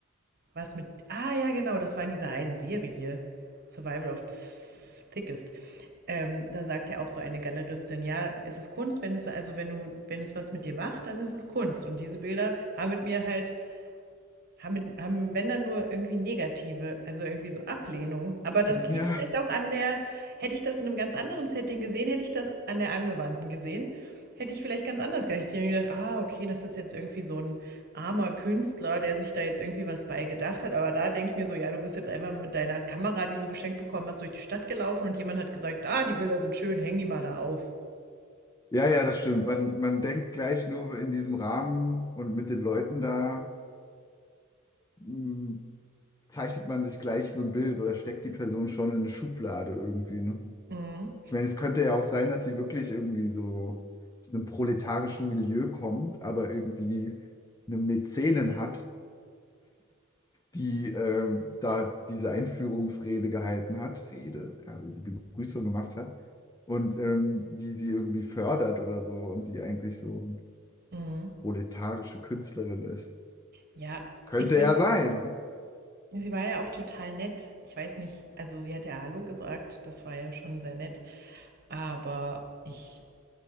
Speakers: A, on the right; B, on the left.
A: was mit. Ah, ja, genau, das war in dieser einen Serie, Survival of the Thickest. Ähm, da sagt ja auch so eine Galeristin, ja, es ist Kunst, wenn es also wenn du wenn es was mit dir macht, dann ist es Kunst. Und diese Bilder haben mit mir halt haben, haben wenn dann nur irgendwie negative, also irgendwie so Ablehnung. Aber das liegt
B: Ja.
A: vielleicht auch an der, hätte ich das in einem ganz anderen Setting gesehen, hätte ich das an der Angewandten gesehen, hätte ich vielleicht ganz anders gedacht. Ich hätte mir gedacht, ah, okay, das ist jetzt irgendwie so ein armer Künstler, der sich da jetzt irgendwie was bei gedacht hat. Aber da denke ich mir so, ja, du bist jetzt einfach mit deiner Kamera, die du geschenkt bekommen hast, durch die Stadt gelaufen und jemand hat gesagt, ah, die Bilder sind schön, häng die mal da auf.
B: Ja, ja, das stimmt. Man, man denkt gleich nur in diesem Rahmen und mit den Leuten da, mh, zeichnet man sich gleich so ein Bild oder steckt die Person schon in eine Schublade irgendwie, ne?
A: Mhm.
B: Ich meine, es könnte ja auch sein, dass sie wirklich irgendwie so aus einem proletarischen Milieu kommt, aber irgendwie eine Mäzenin hat. die äh, da diese Einführungsrede gehalten hat, Rede, also die Begrüßung gemacht hat und ähm, die sie irgendwie fördert oder so und sie eigentlich so eine
A: Mhm.
B: proletarische Künstlerin ist.
A: Ja,
B: Könnte
A: ich meine,
B: ja sein. ne?
A: Sie war ja auch total nett. Ich weiß nicht, also sie hat ja Hallo gesagt, das war ja schon sehr nett. Aber ich,